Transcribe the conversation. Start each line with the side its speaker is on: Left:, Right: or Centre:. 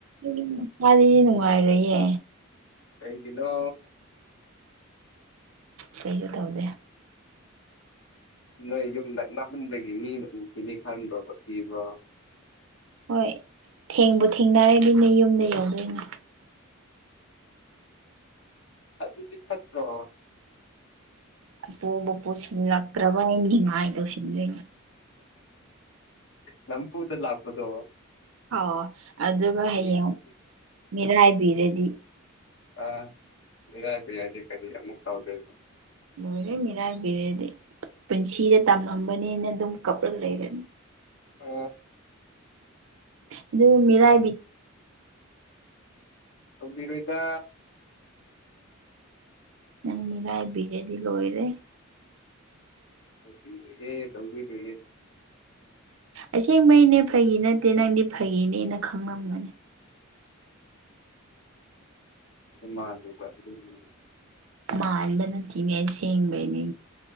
Right: ꯑꯗꯨ ꯃꯥꯗꯤꯗꯤ ꯅꯨꯡꯉꯥꯏꯔꯌꯦ
Left: ꯀꯩꯒꯤꯅꯣ
Right: ꯀꯩꯁꯨ ꯇꯧꯗꯦ
Left: ꯑ ꯅꯣꯏ ꯌꯨꯝ ꯅꯛꯅꯃꯟꯕꯗꯒꯤ ꯃꯤꯅ ꯑꯃꯨꯛꯈꯤꯤꯅꯤ ꯈꯟꯗ꯭ꯔꯣꯕ ꯄꯤꯕ꯭ꯔꯣ
Right: ꯍꯣꯏ ꯊꯦꯡꯕꯨ ꯊꯦꯡꯅꯔꯗꯣꯏꯅꯦ ꯌꯨꯝꯗ ꯌꯧꯗꯣꯏꯅꯦ
Left: ꯑꯗꯨꯗꯤ ꯐꯠꯇꯀ
Right: ꯄꯣꯕ ꯄꯣꯠꯁꯤꯜꯂꯛꯇ꯭ꯔꯕ ꯑꯩ ꯅꯤꯡꯉꯥꯏ ꯇꯧꯁꯤꯟꯗꯣꯏꯅꯦ
Left: ꯅꯝ ꯐꯨꯗꯂ ꯍꯥꯥꯛꯄꯗꯣ
Right: ꯍ ꯑꯗꯨꯒ ꯍꯌꯦꯡ
Left: ꯑꯗꯨꯁꯨ
Right: ꯃꯤꯔꯥꯏꯕꯤꯔꯗꯤ
Left: ꯑ ꯔꯥ ꯌꯥꯗꯤ ꯀꯔꯤ ꯑꯃꯨꯛ ꯊꯥꯎꯗ
Right: ꯂꯣꯏꯔꯦ ꯃꯤꯔꯥꯏꯕꯤꯔꯗꯤ ꯄꯨꯟꯁꯤꯗ ꯇꯝꯂꯝꯝꯕꯅꯤꯅ ꯑꯗꯨꯝ ꯀꯞꯂꯛ ꯂꯩꯔꯅꯤ
Left: ꯑ
Right: ꯑꯗꯨ ꯃꯤꯔꯥꯏꯕꯤ
Left: ꯀꯕꯤꯔꯣꯏꯗ
Right: ꯅꯪ ꯃꯤꯔꯥꯏꯕꯤꯔꯦꯗꯤ ꯂꯣꯏꯔꯦ
Left: ꯇꯧꯕꯤꯒꯌꯦ
Right: ꯑꯁꯦꯡꯕꯩꯅꯦ ꯐꯒꯤ ꯅꯠꯇꯦ ꯅꯪꯗꯤ ꯐꯒꯤꯅꯦꯅ ꯈꯪꯂꯝꯒꯅꯤ
Left: ꯃꯥꯂꯨꯕ ꯑꯗꯨ
Right: ꯃꯥꯟꯕꯥꯟꯕ ꯅꯠꯇꯤꯅꯦ ꯁꯦꯡꯕꯩꯅꯤ